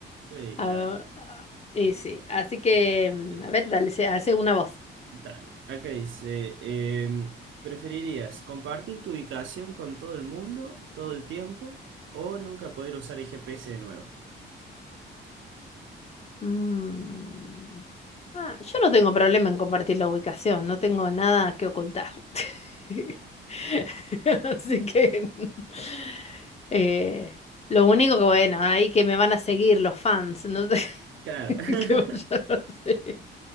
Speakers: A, on the right; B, on the left.
A: Sí,
B: Ah,
A: claro.
B: ah, y sí, así que, mm,
A: Bien,
B: a ver,
A: a
B: dale,
A: ver,
B: se- hace una voz.
A: Dale. Acá dice, em, ¿preferirías compartir tu ubicación con todo el mundo todo el tiempo o nunca poder usar el GPS de nuevo?
B: Mm, ah, yo no tengo problema en compartir la ubicación, no tengo nada que ocultar. <laughs> Así que, <laughs> eh, lo único que, bueno, ahí que me van a seguir los fans, no sé
A: Claro.
B: <laughs>
A: <laughs>
B: qué vaya a hacer.